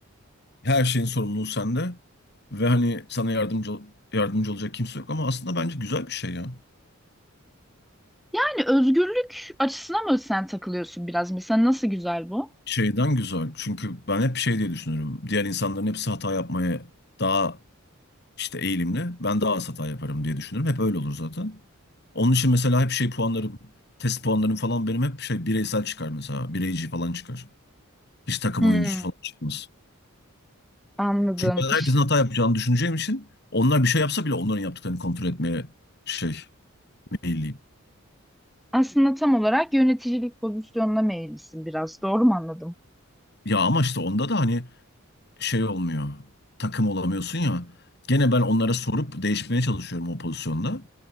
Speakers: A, on the left; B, in the centre.
A: Her şeyin sorumluluğu sende ve hani sana yardımcı yardımcı olacak kimse yok ama aslında bence güzel bir şey ya.
B: Yani özgürlük açısına mı sen takılıyorsun biraz? Mesela nasıl güzel bu?
A: Şeyden güzel. Çünkü ben hep şey diye düşünürüm. Diğer insanların hepsi hata yapmaya daha işte eğilimli. Ben daha az hata yaparım diye düşünürüm. Hep öyle olur zaten. Onun için mesela hep şey puanlarım, test puanlarım falan benim hep şey bireysel çıkar mesela. Bireyci falan çıkar. Hiç takım
B: Hmm,
A: oyuncusu falan çıkmaz.
B: anladım.
A: Çünkü ben
B: İşte
A: herkesin hata yapacağını düşüneceğim için onlar bir şey yapsa bile onların yaptıklarını kontrol etmeye şey meyilliyim.
B: aslında tam olarak yöneticilik pozisyonuna meyillisin biraz. Doğru mu anladım?
A: Ya ama işte onda da hani şey olmuyor. Takım olamıyorsun ya. Gene ben onlara sorup değişmeye çalışıyorum o pozisyonda.